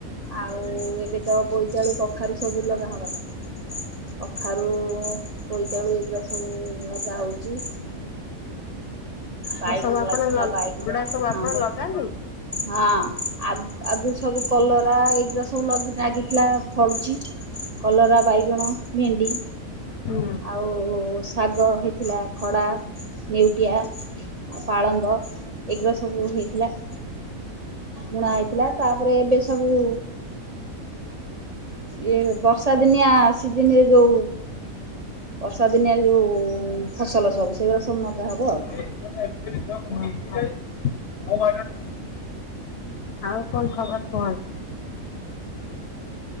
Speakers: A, on the right; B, on the left.
A: ଆଉ ଏବେତ ବୋଇତାଳୁ କଖାରୁ ସବୁ ଲଗାହବା କଥା। କଖାରୁ ବୋଇତାଳୁ ଏଗୁରା ସବୁ ନଗାହଉଚି।
B: ଏରସବୁ
A: ବାଇଗଣ
B: ଆପଣ
A: ଲାଗିଥିଲା
B: ଲଗ୍
A: ବାଇଗଣ
B: ଗୁଡା ସବୁ ଆପଣ
A: ହଁ।
B: ଲଗାନ୍ତି?
A: ହଁ ଆଗୁ ଆଗୁସେ ସବୁ କଲରା ଏଇଗୁୁରା ସବୁ ଲଗ୍-ଲାଗିଥିଲା ଫଳୁଛି କଲରା ବାଇଗଣ ଭେଣ୍ଡି
B: ହଁ।
A: ଆଉ ଶାଗ ହେଇଥିଲା ଖଡ଼ା ନେଉଟିଆ। ଆଉ ପାଳଙ୍ଗ ଏଗୁରା ସବୁ ହେଇଥିଲା। ବୁଣା ହେଇଥିଲା ତାପରେ ଏବେ ସବୁ ଇଏ ବର୍ଷା ଦିନିଆ ସିଜିନିରେ ଯୋଉ ବର୍ଷା ଦିନିଆ ଯୋଉ ଫସଲ ସବୁ ସେଉରା ସବୁ ନଗା ହବ ଆଉ।
B: <unintelligible> ହଁ। ଆଉ କଣ ଖବର କୁହନ୍ତୁ?